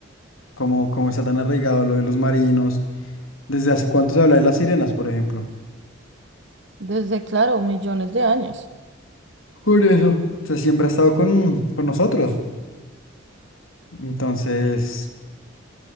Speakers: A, on the left; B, on the right.
A: como, como está tan arraigado lo de los marinos, desde hace cuánto se habla de las sirenas, por ejemplo.
B: Desde, claro, millones de años.
A: Por eso. O sea, siempre ha estado con, con nosotros. Entonces...